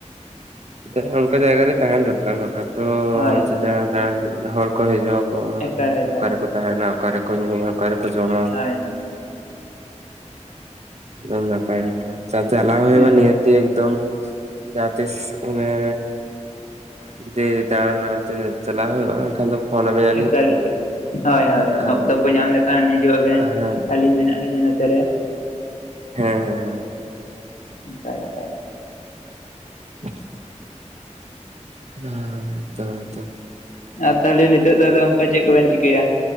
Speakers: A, on the right; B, on the left.
A: ᱪᱤᱠᱟ ᱚᱱᱠᱟ ᱡᱟᱭᱜᱟ ᱨᱮ ᱛᱟᱦᱮᱱ ᱫᱚᱨᱠᱟᱨ ᱵᱟᱠᱷᱟᱡ ᱛᱚ
B: ᱦᱳᱭ
A: ᱪᱮᱫᱟᱜ
B: ᱦᱳᱭ
A: ᱫᱟᱲᱟᱱ ᱦᱚᱲ ᱠᱚ ᱦᱤᱡᱩᱜ-ᱟ ᱠᱚ,
B: ᱮᱠᱟᱞ ᱮᱠᱟᱞ
A: ᱚᱠᱟ ᱨᱮᱠᱚ ᱛᱟᱦᱮᱱᱟ ᱚᱠᱟ ᱨᱮᱠᱚ ᱧᱩᱭᱟ ᱚᱠᱟ ᱨᱮᱠᱚ ᱡᱚᱢᱟ᱾
B: ᱦᱳᱭ ᱦᱳᱭ
A: <unintelligible> ᱱᱟᱯᱟᱭ ᱠᱟᱛᱷᱟ ᱪᱟ ᱪᱟᱞᱟᱣ ᱦᱩᱭᱩᱜᱼᱟ
B: ᱮᱠᱟᱞ
A: ᱱᱤᱭᱟᱹ ᱛᱮ ᱮᱫᱚᱢ ᱡᱟᱦᱟ ᱛᱤᱥ ᱚᱱᱮᱻ ᱫᱤᱭᱮ ᱫᱟᱬᱟᱱᱟ ᱚᱱᱛᱮ ᱪᱟᱞᱟᱜ ᱦᱩᱭᱩᱜᱼᱟ ᱮᱱᱠᱷᱟᱱ ᱫᱚ ᱯᱷᱳᱱ ᱟᱵᱮᱱᱟ ᱞᱤᱧ
B: ᱮᱠᱟᱞ ᱮᱠᱟᱞ, ᱦᱳᱭ ᱦᱳᱭ
A: ᱟᱨ
B: ᱚᱠᱛᱚ ᱠᱚ ᱧᱟᱢ ᱞᱮ ᱠᱷᱟᱱ ᱦᱤᱡᱩ ᱟᱵᱮᱱ
A: ᱦᱮᱸ
B: ᱟᱹᱞᱤᱧ ᱢᱮᱱᱟᱜ ᱞᱤᱧᱟᱹ ᱱᱚᱛᱮ ᱨᱮ᱾
A: ᱦᱮᱸ ᱦᱮᱸ ᱦᱮᱸ᱾
B: ᱮᱠᱟᱞ ᱮᱠᱟᱞ᱾
A: <inaudible> ᱦᱮᱸ ᱪᱟᱞᱟᱣ ᱦᱚᱪᱚᱱ᱾
B: ᱟᱨ ᱛᱟᱦᱚᱞᱮ ᱱᱤᱛᱚᱜ ᱫᱚ ᱟᱫᱚ ᱚᱱᱠᱟ ᱪᱮᱫ ᱠᱚᱵᱮᱱ ᱪᱤᱠᱟᱹᱭᱟ?